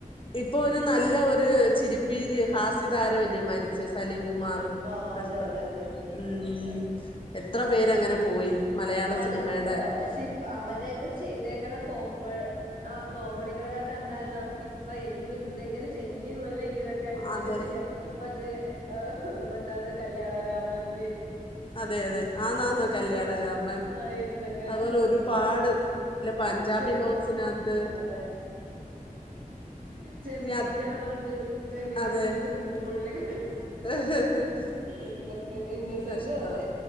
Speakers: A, on the left; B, on the right.
A: ഇപ്പൊ ഒരു നല്ല ഒരു ചിരിപ്പീര് ഹാസ്യ താരമല്ലിയോ മരിച്ച സലിംകുമാറ് മാറ്
B: ആ
A: കഷ്ടം
B: അതെ അതെ അതെ അതെ
A: മ്
B: സലികുമാർ
A: എത്ര പേര് അങ്ങനെ പോയി മലയാള
B: അതെ
A: സിനിമയുടെ
B: ശരി അവരൊക്കെ ചെയ്തേക്കണ കോമ ആ കോമഡികളൊക്കെ കണ്ടാല് നമുക്ക് ഇപ്പ യ്യോ എങ്ങനെ ചെയ്യുംല്ലേ ഇപ്പൊ ഇതൊക്കെ ഇങ്ങനെ
A: അതെ
B: ചെയ്യ മറ്റേ എന്താണ് കല്യാണ രാമന്ല്
A: അതെ അതെ ആന്ന് ആന്ന് കല്യാണ രാമൻ
B: ആ, എന്തൊക്കെ
A: അതുപോലെ ഒരുപാട് ഇല്ല പഞ്ചാബി
B: ചെ-
A: ഹൗസിനകത്ത്
B: അതെ ചെമ്പി
A: ഇനി അത്
B: കിടന്നൊണ്ട് ചെമ്പി
A: അതെ
B: കിടന്നണ്ട് സിമിംഗ്‌ പൂളില കി
A: <unintelligible>
B: എന്തൊക്കെയ ഇന്നസെന്റും
A: കഷ്ടം
B: അതെ